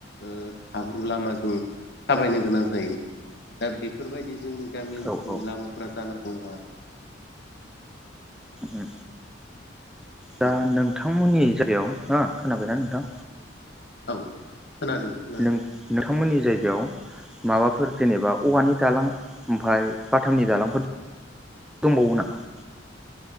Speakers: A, on the left; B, in the centre.
A: ओ हाब्रु लामाजों थाबायनो गोनां जायो दा बेफोरबायदि जोंनि गामि ओनसोलनि
B: औ औ
A: लामाफोरा जाना दङ आरो
B: उ
A: आरो
B: दा नोंथांमोननि जायगायाव हो खोनाबायना नोंथां।
A: औ खोनादों खोनादों।
B: नों नोंथांमोननि जायगायाव माबाफोर जेनेबा औवानि दालां आमफाय बाथामनि दालाफोर दंबावो नामा?